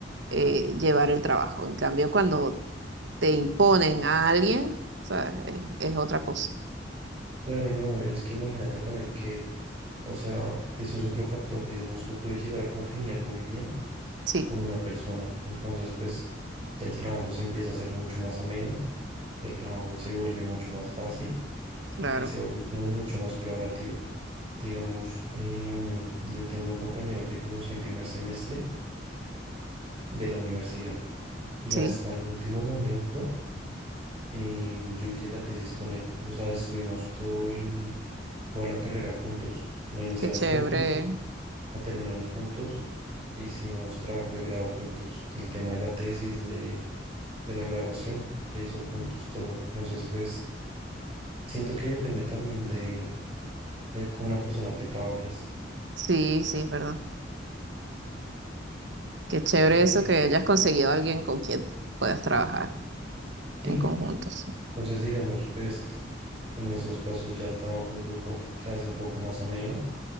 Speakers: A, on the right (about 70°); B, on the right (about 30°).
A: eh, llevar el trabajo. En cambio, cuando te imponen a alguien, ¿sabes? Es, es otra cosa.
B: Claro, no, es que imagínate también que, o sea, eso es otro factor, digamos, tú puedes llegar a congeniar muy bien
A: Sí,
B: con una persona. Entonces, pues el trabajo se empieza a hacer mucho más ameno, el trabajo se vuelve mucho más fácil
A: claro,
B: y se vuelve como mucho más colaborativo. Digamos, em, yo tengo un compañero que conocí en primer semestre de la universidad y
A: sí,
B: hasta el último momento em, yo hice la tesis con él. O sea, estuvimos todo el, toda la carrera juntos. La iniciamos
A: qué chévere.
B: juntos, la terminamos juntos, hicimos trabajo de grado juntos. El tema de la tesis, de de la grabación, le hizo juntos todo. Entonces, pues siento que depende también de, de con la persona que trabajes.
A: Sí, sí, es verdad. Qué chévere
B: solo porque
A: eso que hayas conseguido a alguien con quien puedas trabajar.
B: sí,
A: en conjuntos.
B: entonces digamos, pues en esos casos ya el trabajo en grupo se hace un poco más ameno.